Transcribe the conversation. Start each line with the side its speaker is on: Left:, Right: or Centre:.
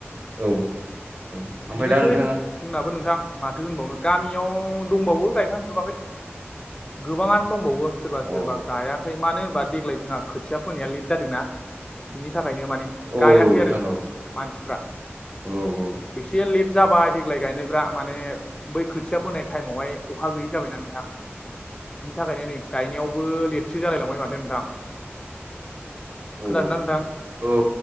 Right: औ। औ
Left: बिदिनोसै
Right: ओमफ्राय दा नोंथाङा
Left: जोंनाबो नोंथां माथो होनबावनो गामियाव दंबावो गायखांजोबाखै। गोबाङानो दंबावो सोरबा सोरबा
Right: अ
Left: गायाखै मानो होनबा देग्लाय जोंहा खोथिया फोनाया लेट जादोंना। बिनि थाखायनो माने
Right: औ
Left: गायाखै
Right: नोंथां
Left: आरो मानसिफ्रा
Right: औ औ।
Left: एसे लेट जाबाय देग्लाय गायनायफ्रा माने बै खोथिया फोनाय टाइमावहाय अखा गैयि जाबायना नोंथां बिनि थाखायनो नै गायनायावबो लेट सो जालायलांबाय माथो नोंथां
Right: औ
Left: खोनादों ना नोंथां?
Right: औ